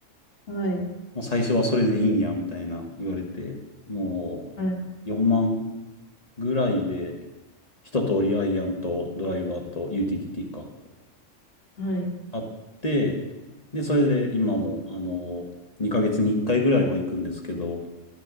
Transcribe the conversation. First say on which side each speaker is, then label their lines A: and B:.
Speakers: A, on the left; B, on the left.
A: はい。
B: もう最初はそれでいいんや、みたいな言われて、も
A: はい。
B: う4万ぐらいで、一通りアイアンとドライバーとユーティリティか、
A: はい。
B: あって、で、それで今も、あの、2ヶ月に1回ぐらいは行くんですけど、